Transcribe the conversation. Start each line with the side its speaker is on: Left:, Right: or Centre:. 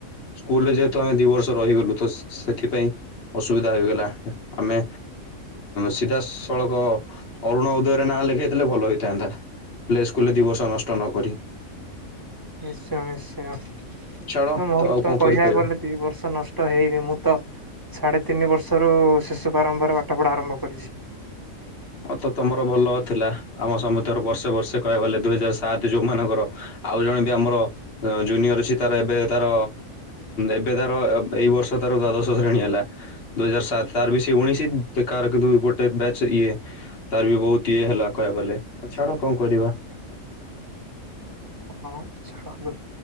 Left: ସ୍କୁଲରେ ଯେହେତୁ ଆମେ ଦି ବର୍ଷ ରହିଗଲୁ ତ ସେଥିପାଇଁ ଅସୁବିଧା ହେଇଗଲା ଆମେ ସିଧାସଳଖ ଅରୁଣ ଉଦୟରେ ନାଁ ଲେଖେଇଥିଲେ ଭଲ ହେଇଥାନ୍ତା। ପ୍ଲେ ସ୍କୁଲରେ ଦୁଇ ବର୍ଷ ନଷ୍ଟ ନକରି।
Right: ନିଶ୍ଚୟ ନିଶ୍ଚୟ।
Left: ଛାଡ
Right: ମୋର
Left: ଆଉ କଣ
Right: ତ କହିବାକୁ
Left: କରିପାରିବା।
Right: ଗଲେ ଦି ବର୍ଷ ନଷ୍ଟ ହେଇନି ମୁଁ ତ ସାଢେ ତିନି ବର୍ଷ ଯୋଉ ଶିଶୁ ପ୍ରାରମ୍ଭରେ ପାଠ ପଢା ଆରମ୍ଭ କରିଛି।
Left: ତ ତମର ଭଲ ଥିଲା। ଆମ ସମସ୍ତିଙ୍କର ବର୍ଷେ ବର୍ଷେ କହିବାକୁ ଗଲେ ଦୁଇ ହଜାର ସାତ ଯୋଉମାନଙ୍କର ଆଉ ଜଣେ ବି ଆମର ଜୁନିୟର ଅଛି ତାର ଏବେ ତାର ଏବେ ତାର ଉଁ ଏବେ ତାର ଏଇ ବର୍ଷ ତାର ଦ୍ୱାଦଶ ଶ୍ରେଣୀ ହେଲା ଦୁଇ ହଜାର ସାତ ତାର ବି ସେ ଉଣେଇଶି କ କିନ୍ତୁ ଗୋଟେ ବ୍ୟାଚ ଇଏ ତାର ବି ବହୁତ ଇଏ ହେଲା କହିବାକୁ ଗଲେ ଛାଡ କଣ କରିବା?
Right: ହଁ ଛାଡ଼ନ୍ତୁ